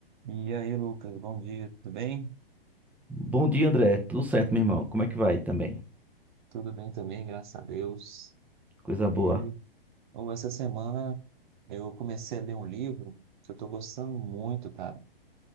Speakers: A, on the right; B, in the centre.
A: E aí, Lucas, bom dia, tudo bem?
B: Bom dia, André. Tudo certo, meu irmão? Como é que vai também?
A: Tudo bem também, graças a Deus.
B: Coisa boa.
A: E ou essa semana eu comecei a ler um livro que eu tô gostando muito, cara.